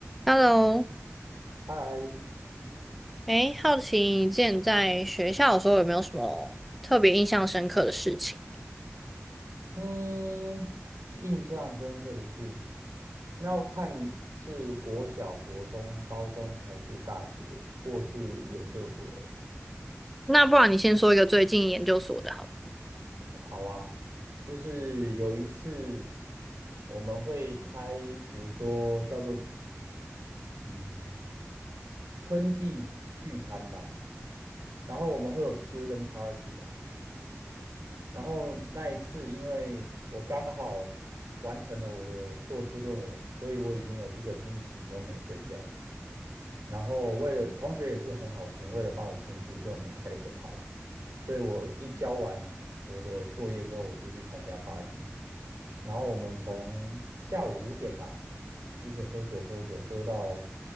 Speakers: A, in the centre; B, on the right.
A: Hello，
B: 嗨，
A: 哎，好奇你之前在学校的时候有没有什么特别印象深刻的事情？
B: 嗯，印象深刻的事情，那要看是国小、国中、高中还是大学，或是研究所诶。
A: 那不然你先说一个最近研究所的好了。
B: 哦，好啊，就是有一次我们会开，比如说叫做嗯春季聚餐吧，然后我们会有 student party 啊，然后那一次因为我刚好完成了我的硕士论文，所以我已经有一个星期都没睡觉。然后为了同学也是很好心，为了帮我庆祝，所以我们开了一个 party。所以我一交完我的作业之后，我就去参加 party。然后我们从下午五点吧，一直喝酒喝酒喝到